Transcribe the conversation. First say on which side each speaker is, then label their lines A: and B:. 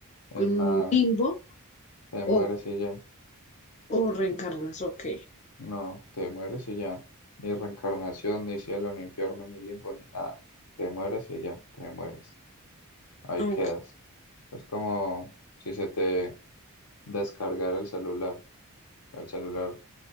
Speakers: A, on the left (about 80°); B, on the left (about 30°).
A: en
B: en un
A: nada,
B: limbo,
A: te
B: o,
A: mueres y ya,
B: o reencarnas, ok.
A: no, te mueres y ya, ni reencarnación, ni cielo, ni infierno, ni limbo, ni nada, te mueres y ya, te mueres, ahí
B: Ok,
A: quedas. Es como si se te descargara el celular, el celular